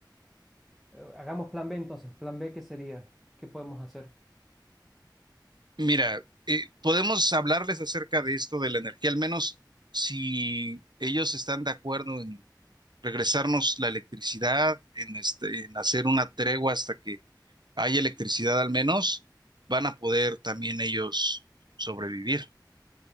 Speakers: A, in the centre; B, on the right (about 65°).
A: Eh, Hagamos plan B entonces. Plan B, ¿qué sería? ¿Qué podemos hacer?
B: Mira, eh, podemos hablarles acerca de esto de la energía, al menos si ellos están de acuerdo en regresarnos la electricidad, en, este, en hacer una tregua hasta que haya electricidad al menos, van a poder también ellos sobrevivir.